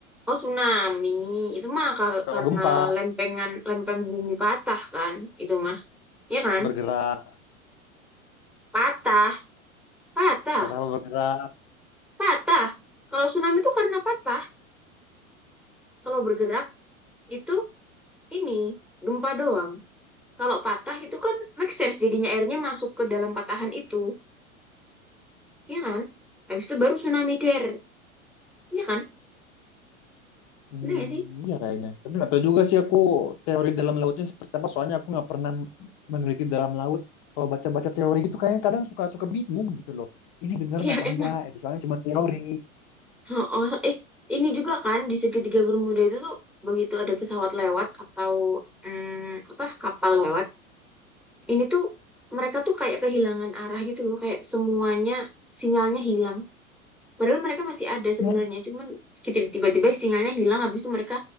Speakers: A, in the centre; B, on the left (about 35°).
A: Oh, tsunami. Itu mah kal-
B: Kalau
A: karena
B: gempa
A: lempengan lempeng bumi patah kan. Itu mah. Iya kan?
B: bergerak,
A: Patah. Patah.
B: patah apa bergerak.
A: Patah. Kalau tsunami itu karena patah. Kalau bergerak itu ini gempa doang. Kalau patah itu kan make sense jadinya airnya masuk ke dalam patahan itu. Iya kan? Habis itu baru tsunami der. Iya kan?
B: Hmm,
A: Bener gak sih? <laughs>
B: iya kayaknya. Tapi nggak tahu juga sih aku teori dalam lautnya seperti apa. Soalnya aku nggak pernah meneliti dalam laut. Kalau baca-baca teori gitu kayaknya kadang suka-suka bingung gitu loh. Ini beneran
A: Iya
B: apa
A: emang.
B: enggak? Itu soalnya cuma teori.
A: Oh, oh, eh ini juga kan di segitiga Bermuda itu tuh begitu ada pesawat lewat atau mm, apa kapal lewat. Ini tuh mereka tuh kayak kehilangan arah gitu loh. Kayak semuanya sinyalnya hilang. Padahal mereka masih ada sebenarnya,
B: Ya.
A: cuman kita- tiba-tiba sinyalnya hilang, habis itu mereka